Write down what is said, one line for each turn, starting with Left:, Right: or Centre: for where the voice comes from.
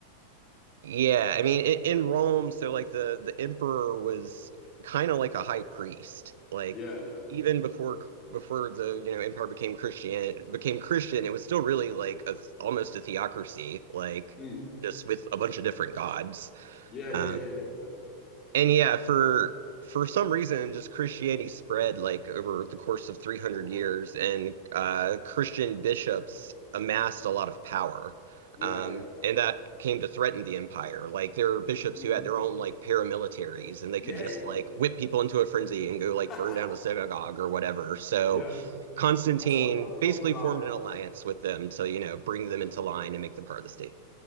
Right: Yeah, I mean, in, in Rome, so like the the emperor was kind of like a high priest. Like
Left: Yeah, yeah.
Right: even before before the you know empire became Christian became Christian, it was still really like a almost a theocracy, like
Left: Mm.
Right: just with a bunch of different gods.
Left: Yeah,
Right: Um,
Left: yeah, yeah, yeah, exactly.
Right: and yeah, for for some reason, just Christianity spread like over the course of 300
Left: A wild.
Right: years, and uh, Christian bishops amassed a lot of power.
Left: Yeah,
Right: Um,
Left: yeah, yeah.
Right: and that came to threaten the empire. Like there were bishops
Left: Mm.
Right: who had their own like paramilitaries, and they
Left: Yeah,
Right: could just
Left: yeah, yeah.
Right: like whip people into a frenzy and go like burn
Left: <laughs>
Right: down a synagogue or whatever. So
Left: Yeah.
Right: Constantine
Left: That's what I kind of
Right: basically
Left: love about.
Right: formed an alliance with them to, you know, bring them
Left: Yeah.
Right: into line and make them part of the state.